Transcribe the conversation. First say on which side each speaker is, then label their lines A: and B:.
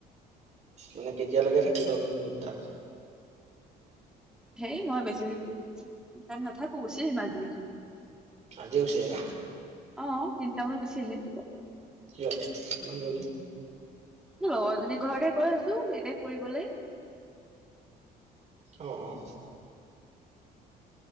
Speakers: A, on the right; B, in the centre.
A: মানে কেতিয়ালৈকে থাকিবা মান তাত?
B: হেই মই বেছি <unintelligible> টাইম নাথাকো গুচি আহিম আজি।
A: আজি গুচি আহিবা?
B: অ, তিনটা মানত গুচি আহিম।
A: কিয় ইমান জল্দি?
B: মোৰ লগৰজনীৰ ঘৰতহে গৈ আছো এনে ফুৰিবলে।
A: অ', অ',